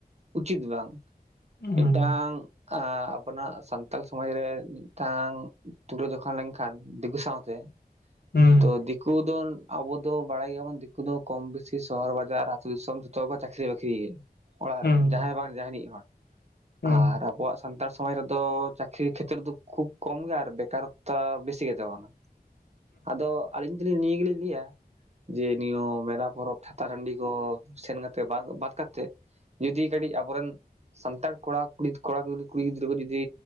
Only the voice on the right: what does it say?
ᱩᱪᱤᱛ ᱵᱟᱝ
ᱢᱤᱜᱴᱟᱝ ᱟᱸ ᱟᱵᱚᱱᱟᱜ ᱥᱟᱱᱛᱟᱞ ᱥᱚᱢᱟᱡᱽ ᱨᱮ ᱢᱤᱜᱴᱟᱝ ᱛᱩᱞᱟᱹ ᱡᱚᱠᱷᱟ ᱞᱮᱱᱠᱷᱟᱱ ᱫᱤᱠᱩ ᱥᱟᱶᱛᱮ
ᱛᱚ ᱫᱤᱠᱩ ᱫᱚ ᱟᱵᱚᱫ, ᱫᱚ ᱵᱟᱲᱟᱭ ᱜᱮᱭᱟᱵᱚᱱ ᱫᱤᱠᱩ ᱫᱚ, ᱠᱚᱢ ᱵᱮᱥᱤ ᱥᱚᱦᱚᱨ ᱵᱟᱡᱟᱨ ᱟᱹᱛᱩ ᱫᱤᱥᱚᱢ ᱡᱷᱚᱛᱚ ᱦᱚᱲ ᱠᱚ, ᱪᱟᱠᱨᱤ ᱵᱟᱹᱠᱨᱤ ᱜᱮᱭᱟ᱾ ᱚᱲᱟᱜ
ᱨᱮ ᱡᱟᱦᱟᱸᱭ ᱵᱟᱝ ᱡᱟᱦᱟᱱᱤᱡ ᱦᱚᱲ,
ᱟᱨ ᱟᱵᱚᱣᱟᱜ, ᱥᱟᱱᱛᱟᱲ ᱥᱚᱢᱟᱡᱽ ᱨᱮᱫᱚ, ᱪᱟᱹᱠᱨᱤ ᱠᱷᱮᱛᱨᱮ ᱫᱚ ᱠᱷᱩᱵ ᱠᱚᱢ ᱜᱮ, ᱟᱨ ᱵᱮᱠᱟᱨᱚᱛᱟ ᱵᱮᱥᱤ ᱜᱮ ᱛᱟᱵᱚᱱᱟ᱾
ᱟᱫᱚ ᱟᱹᱞᱤᱧ ᱫᱚᱞᱤᱧ ᱱᱤᱭᱟᱹ ᱜᱮ ᱞᱤᱧ ᱞᱟᱹᱭᱟ᱾ ᱡᱮ ᱱᱤᱭᱟᱹ ᱢᱮᱞᱟ ᱯᱚᱨᱚᱵᱽ ᱪᱷᱟᱛᱟ ᱴᱟᱺᱰᱤ ᱠᱚ, ᱥᱮᱱ ᱠᱟᱛᱮ ᱵᱟᱫ ᱠᱟᱛᱮᱜ, ᱡᱩᱫᱤ ᱠᱟᱹᱴᱤᱡ ᱟᱵᱚᱨᱮᱱ ᱥᱟᱱᱛᱟᱲ ᱠᱚᱲᱟ-ᱠᱩᱲᱤ ᱠᱚᱲᱟ-ᱠᱩᱲᱤ ᱠᱩᱲᱤ ᱜᱤᱫᱽᱨᱟᱹ ᱠᱚ, ᱡᱩᱫᱤ